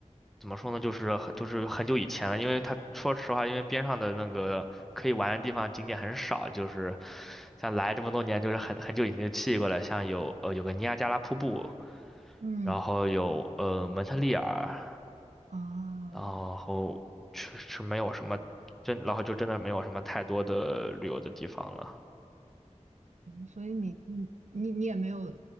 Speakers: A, in the centre; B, on the right (about 75°).
A: 怎么说呢，就是很就是很久以前了，因为他说实话，因为边上的那个可以玩的地方景点很少，就是像来这么多年，就是很很久以前就去过了，像有呃有个尼亚加拉瀑布，
B: 嗯
A: 然后有呃蒙特利尔，
B: 啊，
A: 然后确实没有什么真，然后就真的没有什么太多的旅游的地方了。
B: 所以你你你也没有